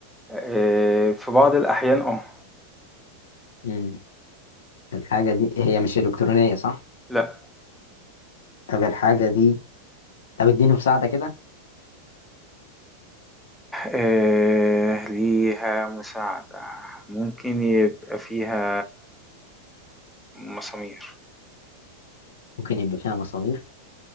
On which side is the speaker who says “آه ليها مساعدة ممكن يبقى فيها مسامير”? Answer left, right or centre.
Centre